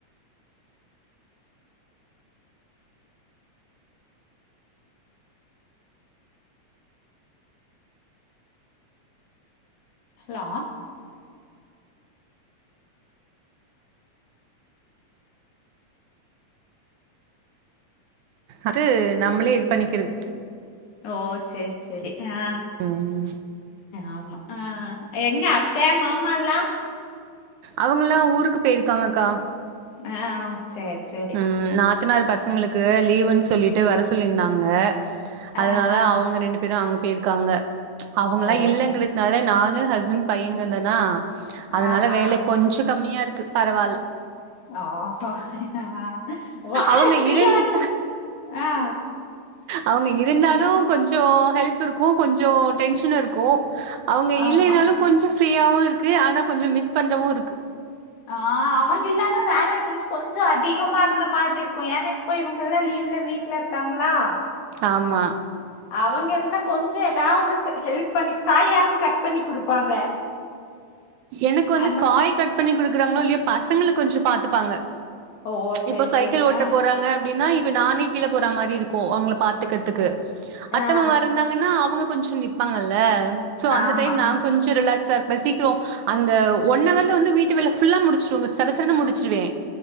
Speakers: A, on the left (about 80°); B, on the right (about 80°).
A: ஹலோ
B: அது நம்ளே இது பண்ணிக்கிறது
A: ஓ சேரி சேரி ஆ
B: ம்
A: ஆமா ஆ எங்க அத்த மாமால்லாம்
B: அவங்கெல்லா ஊருக்கு போயிருக்காங்கா
A: அ சேர்
B: ம் நாத்தனாறு பசங்களுக்கு லீவுன் சொல்லிட்டு வர சொல்லியிருந்தாங்க அதனால
A: ஆஹா
B: அவுங்க ரெண்டு பேரு அங்க போயிருக்காங்க அவுங்களா
A: ஓ
B: இல்லங்கர்துனால
A: சே
B: நானு ஹஸ்பண்ட் பைய்ங்க தானா அதனால
A: ஆஹா
B: வேலே கொஞ்சோ கம்மியாருக்கு பரவால்
A: ஆஹா அ ஒ ஆ
B: அவங்க
A: ஃபிரியா
B: இரண்
A: இல்ல அ
B: அவுங்க இருந்தாலு கொஞ்சோ ஹெல்ப் இருக்கு கொஞ்சோ டென்ஷன் இருக்கோ அவுங்க
A: ஆமா
B: இல்லைனாலு கொஞ்சோ ஃப்ரீயாவுருக்கு ஆனா கொஞ்சோ மிஸ் பண்றவு இருக்கு
A: ஆ அவங்க இல்லனா வேல இன்னு கொஞ்சோ அதிகமா இருந்த மாரி இருக்கோ ஏன்னா இப்ப இவங்க எல்லா லீவ்ல வீட்ல இருக்காங்ளா
B: ஆமா
A: அவங்க இருந்தா கொஞ்சோ ஏதாது ஹெல்ப் பண்ணி காயாது கட் பண்ணி குடுப்பாங்க
B: எனக்கு வந்து
A: அந்த
B: காய் கட் பண்ணி குடுக்குறாங்களோ இல்லயா பசங்கள கொஞ்சோ பாத்துப்பாங்க
A: ஓ சேரி
B: இப்போ சைக்கிள்
A: சேரி
B: ஓட்ட
A: ஆ
B: போறாங்க அப்டின்னா இப்ப நானே கீழ போற மாரி இருக்கோ அவுங்கள பாத்துக்கற்துக்கு அத்த
A: ஆ
B: மாமா இருந்தாங்கன்னா அவுங்க கொஞ்சோ நிப்பாங்கல்ல சோ அந்த
A: ஆமா
B: டைம் நா
A: ஆ
B: கொஞ் சோ ரிலாக்ஸ்டா இருப்ப சீக்ரோ அந்த ஒன் ஹவர்ல வந்து வீட்டு வேல ஃபுல்லா முடிச்சுருவங்க சரசரனு முடிச்சிர்வே